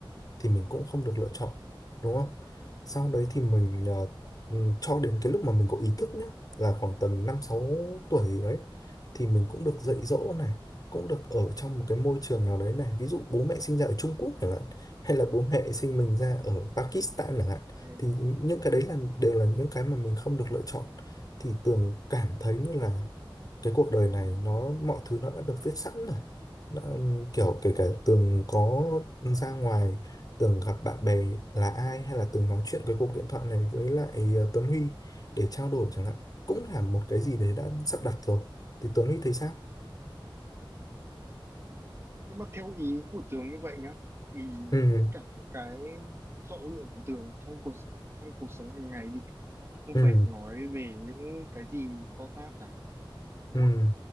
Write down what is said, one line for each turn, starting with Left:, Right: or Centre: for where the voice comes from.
Left: thì mình cũng không được lựa chọn đúng không? Sau đấy thì mình ờ, ừm, cho đến cái lúc mà mình có ý thức nhá là khoảng tầm 5 6 tuổi gì đấy thì mình cũng được dạy dỗ này, cũng được ở trong một cái môi trường nào đấy này, ví dụ bố mẹ sinh ra ở Trung Quốc chẳng hạn hay là bố mẹ sinh mình ra ở Pakistan chẳng hạn
Right: Ừ.
Left: thì những cái đấy là đều là những cái mà mình không được lựa chọn thì Tường cảm thấy như là cái cuộc đời này nó mọi thứ nó đã được viết sẵn rồi nó, kiểu kể cả Tường có ra ngoài Tường gặp bạn bè là ai hay là Tường nói chuyện cái cuộc điện thoại này với lại ờ, Tuấn Huy để trao đổi chẳng hạn cũng là một cái gì đấy đã sắp đặt rồi thì Tuấn Huy thấy sao
Right: nếu mà theo ý của Tường như vậy nhá thì
Left: ừ
Right: tất cả những cái chọn lựa của Tường trong cuộc trong cuộc sống hàng ngày đi chứ không
Left: ừ
Right: phải nói về những cái gì to tát cả đúng
Left: ừ
Right: không